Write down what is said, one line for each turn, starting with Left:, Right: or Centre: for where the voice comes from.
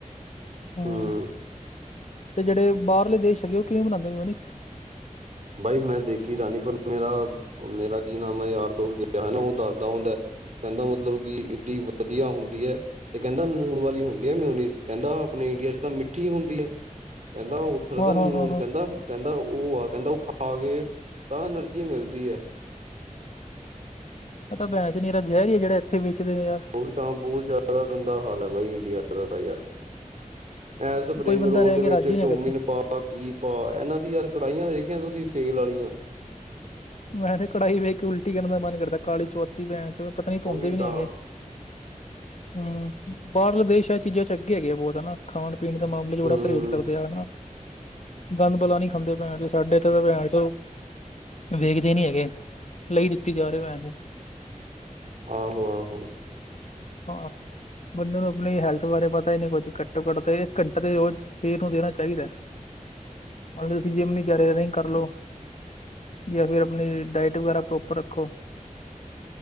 Left: ਹਮ
Right: ਹੂੰ
Left: ਤੇ ਜਿਹੜੇ ਬਾਹਲੇ ਦੇਸ਼ ਹੈਗੇ ਉਹ ਕਿਵੇਂ ਬਨਾਉਂਦੇ ਮਿਆਨੀਸ
Right: ਬਾਈ ਮੈਂ ਦੇਖੀ ਤਾਂ ਨੀ ਪਰ ਮੇਰਾ ਮੇਰਾ ਕੀ ਨਾਮ ਹੈ ਯਾਰ ਦੋਸਤ ਗਿਆ ਹਨਾ ਉਹ ਦੱਸਦਾ ਹੁੰਦਾ। ਕਹਿੰਦਾ ਮਤਲਬ ਕਿ ਏਡੀ ਵਧੀਆ ਹੁੰਦੀ ਹੈ। ਤੇ ਕਹਿੰਦਾ ਨੂਣ ਵਾਲੀ ਹੁੰਦੀ ਹੈ ਮਨੀ ਕਹਿੰਦਾ ਆਪਣੇ ਇੰਡੀਆ ਚ ਤਾਂ ਮਿੱਠੀ ਹੁੰਦੀ ਹੈ ਕਹਿੰਦਾ ਪੱਥਰ
Left: ਹਾਂ
Right: ਦਾ ਨਿਊਨ
Left: ਹਾਂ ਹਾਂ ਹਾਂ
Right: ਕਹਿੰਦਾ ਕਹਿੰਦਾ ਉਹ ਆ ਕਹਿੰਦਾ ਉਹ ਖਾ ਕੇ ਤਾਂ ਐਨਰਜੀ ਮਿਲਦੀ ਹੈ
Left: ਇਹ ਤਾਂ ਭੈਂਸਚੀਰਾ ਜ਼ਹਿ ਹੀ ਹੈ ਜਿਹੜੇ ਇੱਥੇ ਵੇਦੇ ਯਾਰ
Right: ਉਹੀ ਤਾਂ ਬਹੁਤ ਜ਼ਿਆਦਾ ਗੰਦਾ ਹਾਲ ਹੈ ਬਾਈ ਇੰਡੀਆ ਦਾ ਤਾਂ ਯਾਰ ਇਹ ਸਪਰਿੰਗ
Left: ਕੋਈ ਬੰਦਾ
Right: ਰੋਲ
Left: ਰਹਿ
Right: ਦੇ
Left: ਕੇ
Right: ਵਿੱਚ
Left: ਰਾਜੀ ਨੀ
Right: ਚੋਮਿਨ
Left: ਹੈਗਾ ਇੱਥੇ
Right: ਪਾ ਭ ਕੀ ਭਾ ਇਹਨਾਂ ਦੀ ਯਾਰ ਕੜਾਹੀਆਂ ਦੇਖਿਆ ਤੁਸੀਂ ਤੇਲ ਵਾਲੀਆਂ
Left: ਮੈਂ ਤੇ ਕੜਾਈ ਵੇਖ ਕੇ ਉਲਟੀ ਕਰਨ ਦਾ ਮਨ ਕਰਦਾ ਕਾਲੀ ਚੁਆਤੀ ਪੈਂ ਚੋ ਪਤਾ ਨੀ ਧੋਂਦੇ
Right: ਉਹੀ
Left: ਵੀ
Right: ਤਾਂ
Left: ਨੀ ਹੈਗੇ। ਹਮ ਬਾਹਰਲੇ ਦੇਸ਼ ਇਹ ਚੀਜ਼ਾਂ ਚ ਅੱਗੇ ਹੈਗੇ ਆ ਬਹੁਤ ਹਨਾ। ਖਾਣ ਪੀਣ ਦੇ ਮਾਮਲੇ ਚ ਬੜਾ
Right: ਹੂੰ
Left: ਪਰਹੇਜ਼ ਕਰਦੇ ਆ। ਹਨਾ ਗੰਦ ਬਲਾ ਨੀ ਖਾਂਦੇ ਭੈਣ ਚੋ ਸਾਡੇ ਇਥੇ ਤਾਂ ਭੈਣ ਚੋਂ ਵੇਖਦੇ ਨੀ ਹੈਗੇ ਲਈ ਦਿੱਤੀ ਜਾ ਰਹੀ <unintelligible>
Right: ਆਹੋ -ਆਹੋ
Left: ਹਾਂ ਬੰਦੇ ਨੂੰ ਆਪਣੀ ਹੈਲਥ ਬਾਰੇ ਪਤਾ ਹੀ ਨਹੀਂ ਕੁੱਝ ਘੱਟੋ ਘੱਟ ਤੇ ਇੱਕ ਘੰਟਾ ਦੇ ਰੋਜ਼ ਸ਼ਰੀਰ ਨੂੰ ਦੇਣਾ ਚਾਹੀਦਾ ਹੈ ਮਤਲਬ ਤੁਸੀਂ ਜਿੰਮ ਨ ਵਿਚਾਰੇ ਰਨਿੰਗ ਕਰ ਲਓ ਜਾਂ ਫਿਰ ਆਪਣੀ ਡਾਇਟ ਵਗੈਰਾ ਪ੍ਰੋਪਰ ਰੱਖੋ।